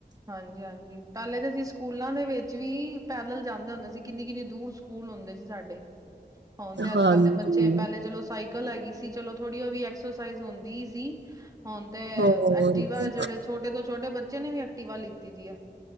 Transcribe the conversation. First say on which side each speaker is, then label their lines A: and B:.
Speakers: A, on the right; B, on the right.
A: ਹਾਂਜੀ-ਹਾਂਜੀ ਪਹਿਲੇ 'ਤੇ ਅਸੀਂ ਸਕੂਲਾਂ ਦੇ ਵਿੱਚ ਵੀ ਪੈਦਲ ਜਾਂਦੇ ਹੁੰਦੇ ਸੀ ਕਿੰਨੀ-ਕਿੰਨੀ ਦੂਰ ਸ ਕੂਲ ਹੁੰਦੇ ਸੀ ਸਾਡੇ। ਹੁਣ 'ਤੇ ਅੱਜ-ਕੱਲ
B: ਹਾਂਜੀ
A: ਦੇ ਬੱਚੇ ਪਹਿਲੇ ਚਲੋ ਸਾਈਕਲ ਹੈਗੀ ਸੀ ਚਲੋ ਥੋੜੀ ਓ ਵੀ ਐਕਸਰਸਾਈਜ਼ ਹੁੰਦੀ ਈ ਸੀ। ਹੁਣ 'ਤੇ
B: ਹੋਰ
A: ਐਕਟੀਵਾ
B: ਕਿਆ।
A: ਜਿਹੜੇ ਛੋਟੇ ਤੋਂ ਛੋਟੇ ਬੱਚੇ ਨੇ ਵੀ ਐਕਟੀਵਾ ਲਿੱਤੀ ਦੀ ਐ।